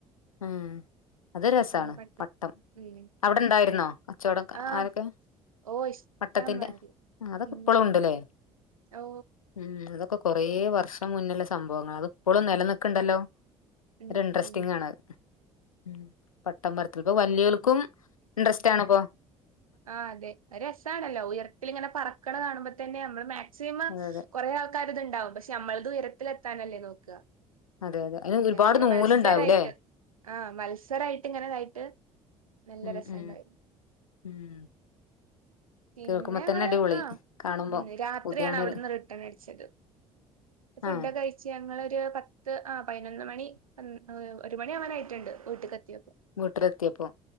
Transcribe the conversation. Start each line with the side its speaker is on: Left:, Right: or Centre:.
Left: ഉം അത് രസമാണ്
Right: ഇങ്ങനെ പട്ട
Left: പട്ടം
Right: ഉം
Left: അവിടെ ഉണ്ടായിരുന്നോ കച്ചവടം
Right: ആഹ്
Left: ആരൊക്കെ
Right: ഓ ഇഷ്ടം
Left: പട്ടത്തിന്റെ
Right: മാരി
Left: അതൊക്കെ
Right: ഉം
Left: ഇപ്പളും ഉണ്ടല്ലേ
Right: ഓ
Left: ഉം അതൊക്കെ കൊറേ വർഷം മുന്നുള്ള സംഭവങ്ങളാ അതിപ്പോളും നിലനിൽക്കുണ്ടല്ലോ
Right: ഉം
Left: ഒരു ഇൻറ്രസ്റ്റിംഗ്
Right: ഉം
Left: ആണ് ഉം പട്ടം പറത്തല് ഇപ്പം വലിയികൾക്കും ഇൻട്രസ്റ്റ് ആണിപ്പൊ
Right: ആഹ് അതെ രസാണല്ലോ ഉയരത്തിലിങ്ങനെ പറക്കണ കാണുമ്പോ തന്നെ നമ്മൾ മാ മാക്സിമം
Left: അതെ അതെ
Right: കുറേ ആൾക്കാര് ഇതുണ്ടാവും പക്ഷെ നമ്മളത് ഉയരത്തിലെത്താനല്ലേ നോക്കുക
Left: അതെ അതെ അതിന്
Right: അങ്ങനെങ്ങനെ
Left: ഒരുപാട് നൂലുണ്ടാവൂല്ലേ
Right: മത്സരായിട്ട് ആഹ് മത്സരായിട്ട് ഇങ്ങനെതായിട്ട് നല്ല
Left: ഉം
Right: രസം
Left: ഉം
Right: ഉണ്ടായിരുന്നു
Left: ഉം
Right: പിന്നെ
Left: കേൾക്കുമ്പോ
Right: ഞങ്ങള്
Left: തന്നെ അടിപൊളി
Right: ആ
Left: കാണുമ്പോ
Right: ഉം രാത്രിയാണ്
Left: പൂതിയാണൊരു
Right: അവിടുന്ന് റിട്ടേൺ അടിച്ചത് ഫുഡ്
Left: ആഹ്
Right: ഒക്കെ കഴിച്ചാ ഞങ്ങളൊരു പത്ത് ആ പതിനൊന്ന് മണി ഒരു മണി ആവാനായിട്ടുണ്ട് വീട്ട്ക്ക് എത്തീപ്പോ
Left: വീട്ടിലെത്തിയപ്പോ